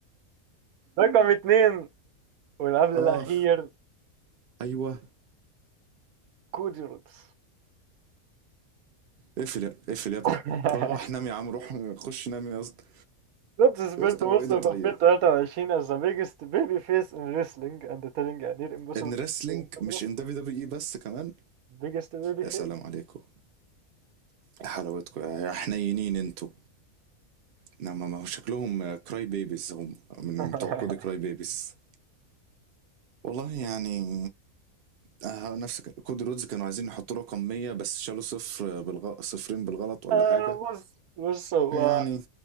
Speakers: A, on the right (about 80°); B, on the right (about 55°).
A: رقم اتنين والقبل
B: اه
A: الأخير
B: ايوه
A: كودي رودز
B: اقفل يا- اقفل يا ابني
A: <laughs>
B: روح نام يا عم روح خش نام يا اسطى
A: رودز سبنت
B: يا اسطى
A: most
B: هو ايه ده
A: of
B: طيب
A: 2023 as the biggest baby face in wrestling and telling a near impossible
B: ان ريسلينج
A: to address.
B: مش ان دبليو دبليو اي بس كمان
A: biggest baby
B: يا
A: face
B: سلام عليكم يا حلاوتكم يا يا حنينين انتوا نعم ما هو شكلهم كراي بيبيز هم من
A: <laughs>
B: بتوع كود كراي بيبيز والله يعني آه، نفس ك- كود رودز كانوا عايزين يحطوا رقم 100 بس شالوا صفر بالغ... صفرين بالغلط ولا
A: آه
B: حاجة
A: بص بص هو
B: يعني